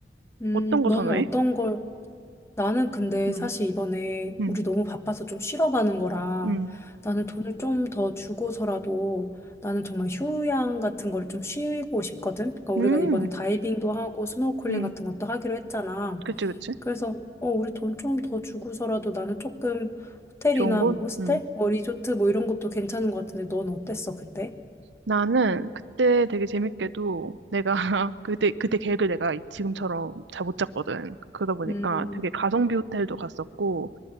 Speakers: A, on the left; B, on the right.
A: 음,
B: 어떤 거
A: 넌
B: 선호해?
A: 어떤 걸 나는 근데
B: 음.
A: 사실 이번에
B: 음,
A: 우리 너무 바빠서 좀 쉬러 가는 거라
B: 음,
A: 나는 돈을 좀 더 주고서라도 나는 정말 휴양 같은 거를 좀 쉬고 싶거든. 그러니까 우리가
B: 음,
A: 이번에 다이빙도 하고 스노우클링
B: 음.
A: 같은 것도 하기로 했잖아.
B: 그치, 그치.
A: 그래서 어 우리 돈 좀 더 주고서라도 나는 조금 호텔이나
B: 좋은 곳?
A: 뭐 호스텔,
B: 음.
A: 뭐 리조트 뭐 이런 것도 괜찮은 것 같은데 넌 어땠어 그때?
B: 나는 그때 되게 재밌게도 내가 <laughs> 그때 그때 계획을 내가 지금처럼 잘 못 짰거든. 그러다 보니까
A: 음,
B: 되게 가성비 호텔도 갔었고